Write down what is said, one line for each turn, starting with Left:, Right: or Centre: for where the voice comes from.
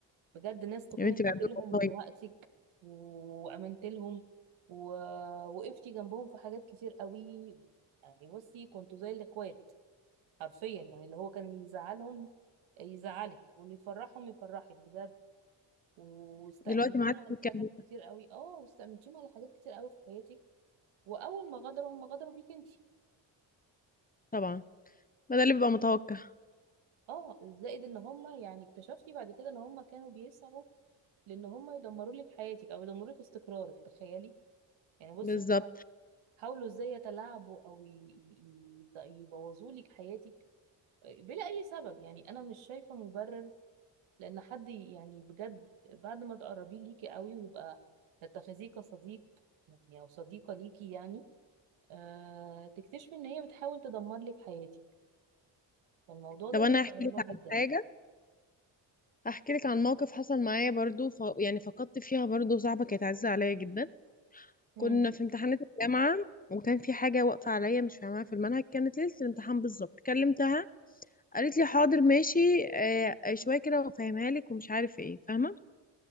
Right: بجد ناس تكون
Left: يا بنتي
Right: اديت
Left: بعد الله
Right: لهم
Left: والله.
Right: من وقتك وامنت لهم ووقفتي جنبهم في حاجات كتير قوي يعني بصي كنتوا زي الاخوات حرفيا يعني اللي هو كان اللي يزعلهم يزعلك واللي يفرحهم يفرحك بجد واستأمنتيهم
Left: دلوقتي ما عادش
Right: على
Left: بتكلم
Right: حاجات كتير قوي اه واستأمنتيهم على حاجات كتير قوي في حياتك واول ما غدروا هم غدروا بيك انت
Left: طبعا ما ده اللي بيبقى متوقع
Right: اه زائد ان هم يعني اكتشفتي بعد كده ان هم كانوا بيسعوا لان هم يدمروا لك حياتك او يدمروا لك استقرارك تخيلي يعني بصي
Left: بالظبط
Right: هم حاولوا ازاي يتلاعبوا او ي- ي- ي- يبوظوا لك حياتك بلا اي سبب يعني انا مش شايفه مبرر لان حد يعني بجد بعد ما تقربيه ليكي قوي ويبقى تتخذيه كصديق يعني او صديقه ليكي يعني آه تكتشفي ان هي بتحاول تدمر لك حياتك فالموضوع ده
Left: طب
Right: مستغربه
Left: انا احكي لك
Right: جدا
Left: عن حاجه احكي لك عن موقف حصل معايا برضو ف... يعني فقدت فيها برضو صاحبه كانت عزيزه عليا جدا
Right: امم
Left: كنا في امتحانات الجامعه وكان في حاجه واقفه عليا مش فاهماها في المنهج كانت ليله الامتحان بالظبط كلمتها قالت لي حاضر ماشي آه آه، شويه كده وافهمها لك ومش عارف ايه فاهمه